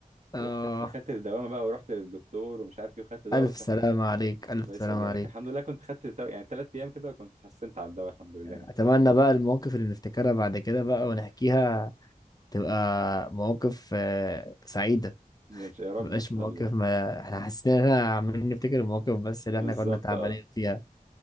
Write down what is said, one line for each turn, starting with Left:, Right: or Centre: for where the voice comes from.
Left: اه
Right: ورحت خدت الدوامه بقى ورحت للدكتور ومش عارف ايه وخدت دواء
Left: الف
Right: بس
Left: سلامة عليك الف
Right: الله يسلمك
Left: سلامة عليك
Right: الحمد لله كنت خدت تو- يعني ثلاث ايام كده وكنت اتحسنت على الدواء الحمد لله
Left: اتمنى
Right: يعني
Left: بقى المواقف اللي نفتكرها بعد كده بقى ونحكيها تبقى مواقف آه، سعيدة
Right: إن شاء- يا رب
Left: مبقاش
Right: ان شاء
Left: مواقف
Right: الله
Left: ما احنا حاسين ان احنا عمالين نفتكر المواقف بس اللي
Right: بالظبط
Left: احنا كنا تعبانين
Right: اه
Left: فيها